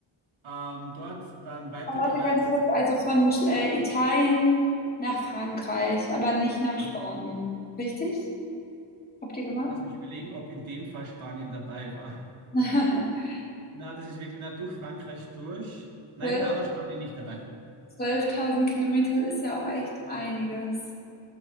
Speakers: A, on the right (about 70°); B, on the left (about 20°).
A: Ähm, dort dann weitergereist.
B: Warte ganz kurz, also von äh, Italien nach Frankreich, aber nicht nach Spanien.
A: Ja,
B: Richtig? Habt ihr gemacht?
A: Lass mich überlegen, ob in dem Fall Spanien dabei war.
B: <laughs>
A: Na, das ist wirklich, na, durch Frankreich durch. Nein,
B: 12
A: da war Spanien nicht dabei.
B: 12.000 Kilometer ist ja auch echt einiges.